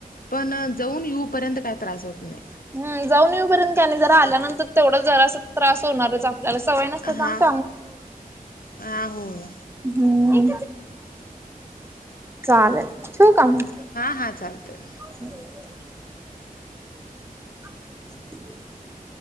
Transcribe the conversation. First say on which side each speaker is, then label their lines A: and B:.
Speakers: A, on the left (about 75°); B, on the right (about 15°).
A: पण जाऊन येऊपर्यंत काय त्रास होत नाही
B: हम जाऊन येऊपर्यंत आणि जरा आल्यानंतर तेवढा जरा त्रास होणारच आपल्याला सवय न <unintelligible>
A: हा हा होय.
B: हम् चालेल ठेऊ का मग
A: हां हां चालतये.
B: <inaudible> <inaudible>